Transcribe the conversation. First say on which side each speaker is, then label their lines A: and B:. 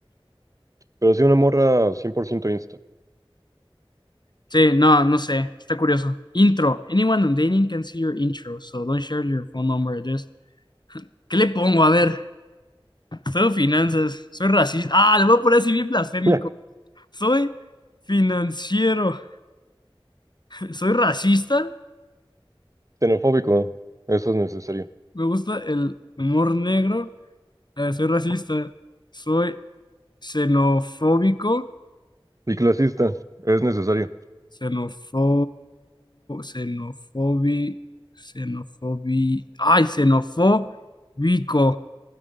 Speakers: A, on the right; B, on the left.
A: pero sí una morra 100% Insta.
B: Sí, no, no sé. Está curioso. Intro. Anyone on dating can see your intro, so don't share your phone number address. ¿Qué le pongo? A ver. Soy finanzas, soy racista. Ah, lo voy a poner así bien blasfémico.
A: <laughs>
B: Soy financiero, <laughs> soy racista.
A: Xenofóbico, eso es necesario.
B: Me gusta el humor negro. eh, soy racista, soy xenofóbico,
A: Y clasista, es necesario.
B: xenofo, xenofobi, xenofobi, ay, xenofóbico,